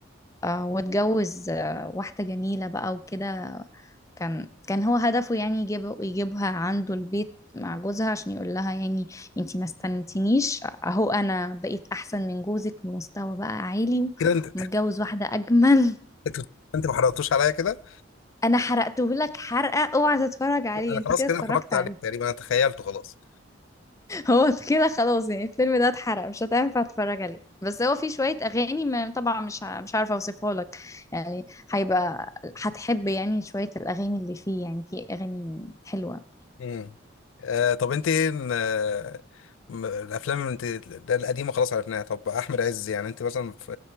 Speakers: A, on the left (about 15°); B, on the left (about 75°).
A: آه واتجوز آه واحدة جميلة بقى وكده كان كان هو هدفه يعني يجيب يجيبها عنده البيت مع جوزها عشان يقول لها يعني انتي ما استنتينيش اهو انا بقيت احسن من جوزك بمستوى بقى عالي
B: كده انت
A: ومتجوز واحدة اجمل
B: انت انت ما حرقتوش عليا كده
A: <laughs> انا حرقته لك حرقة اوعى تتفرج عليه
B: انا
A: انت
B: خلاص
A: كده
B: كده
A: اتفرجت
B: اتفرجت
A: عليه
B: عليه تقريبا انا تخيلته خلاص
A: هو كده خلاص يعني الفيلم ده اتحرق مش هتنفع تتفرج عليه بس هو فيه شوية أغاني ما طبعا مش ع- مش عارفة أوصفها لك يعني هيبقى هتحب يعني شوية الأغاني اللي فيه يعني فيه أغاني حلوة
B: امم آه طب انت ايه ال- آه، م- الافلام اللي انت القديمه خلاص عرفناها طب احمد عز يعني انت مثلا ف-